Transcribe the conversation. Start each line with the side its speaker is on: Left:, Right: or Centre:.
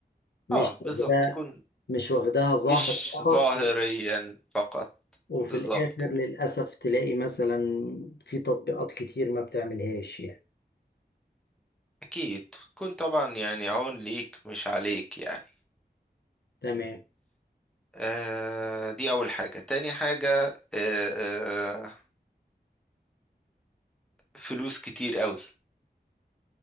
Left: مش
Centre: اه بالظبط
Left: واخداها
Centre: تكون
Left: مش واخداها ظاهر
Centre: مش
Left: فقط
Centre: ظاهريا فقط
Left: وفي
Centre: بالظبط
Left: الآخر للأسف تلاقي مثلا في تطبيقات كتير ما بتعملهاش يعني
Centre: اكيد تكون طبعا يعني عون ليك مش عليك يعني
Left: تمام
Centre: آه دي اول حاجة تاني حاجة آه آه، فلوس كتير قوي